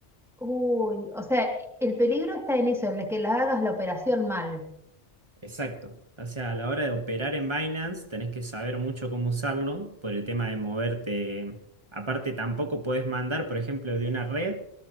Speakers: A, in the centre; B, on the right (about 25°).
A: Uy, o sea, el peligro está en eso, en el que la hagas la operación mal.
B: Exacto. O sea, a la hora de operar en Binance tenés que saber mucho cómo usarlo por el tema de moverte. Aparte, tampoco podés mandar, por ejemplo, de una red